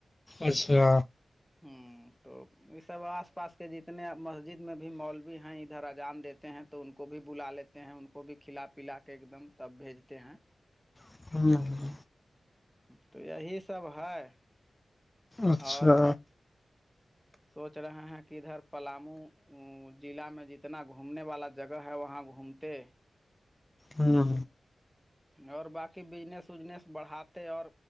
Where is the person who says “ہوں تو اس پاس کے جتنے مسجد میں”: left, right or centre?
Centre